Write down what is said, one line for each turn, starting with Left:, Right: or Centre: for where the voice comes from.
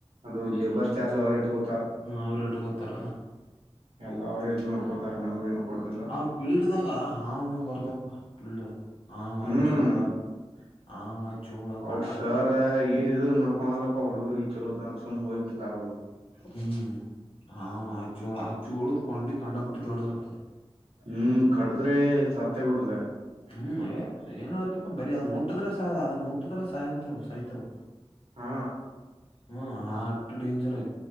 Right: ಅದು ಲೇಬರ್ ಚಾರ್ಜ್ ಅವ್ರೇ ತಗೋ
Left: ಹ್ಮ ಅವ್ರೇ ತಗೋತರ
Right: ಎಲ್ಲಾ ಅವ್ರೇ ಇದ್ ಮಾಡ್ಕೋತಾರ ನಮಗೇನು ಕೊಡುದಿಲ್ಲ
Left: ಆ ಪೀಲ್ಡ್ದಾಗ ಹಾವಗಿವ್ ಬರ್ತ ಆ ಫೀಲ್ಡ್ ಹಾವ
Right: ಹ್ಮ್
Left: ಚೋಳ <unintelligible>
Right: ಅವ್ರ
Left: ಕಂಡಾಪಟ್ಟಿ
Right: ಸರ್
Left: ಚೋಳ
Right: ಏನ್ ಇ ನೋಡ್ಕೊಂಗಲ್ಲಪ್ಪಾ ಹುಡುಗರ್ಗ್ ಚಲೋದಂಗ ಸುಮ್ ಹೋಗ್ ಬಿಡ್ತಾರ ಅವ
Left: ಹ್ಮ್ ಹಾವ ಚೋಳ ಆ ಚೋಳ ಕೊೊಂಡಿ ಕಂಡಪುಟ್ಟಿ ದೊಡ್ಡ ಇರ್ತಾ
Right: ಹ್ಮ್ ಕಡದ್ರೆ ಸತ್ತ ಬಿುಡುುದ
Left: ಹ್ಮ್ ಏನ್ ಹಳ್ತಪ್ಪ ಬರಿೀ ಅ್ ಮುಟ್ಟಿದ್ರೆ ಸಹಾಯ ಅದ ಮುಟ್ಟಿದ್ರ ಸಯತೇವ ಸಾಯ್ತೇವು
Right: ಹಾ
Left: ಹ್ಮ ಹಾರ್ಟ ಡೇಂಜರ್